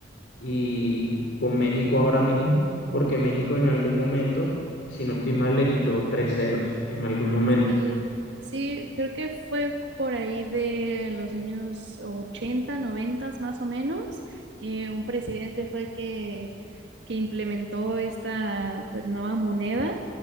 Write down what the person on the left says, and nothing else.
y con México ahora mismo, porque México en algún momento, si no estoy mal, le quitó tres ceros en algún momento.